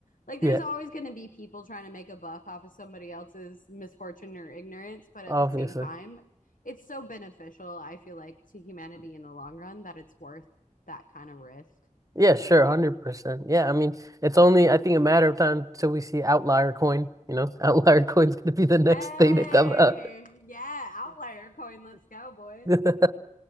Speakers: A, on the left; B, on the right.
A: like
B: Yeah.
A: there's always going to be people trying to make a buck off of somebody else's misfortune or ignorance but at
B: Obviously.
A: the same time it's so beneficial i feel like to humanity in the long run that it's worth that kind of risk
B: Yeah, sure, 100%. Yeah, I mean, it's only, I think, a matter of time till we see outlier coin, you know, <laughs> outlier coin's gonna be the next
A: hey
B: thing to come out.
A: yeah outlier coin let's go boys
B: <laughs>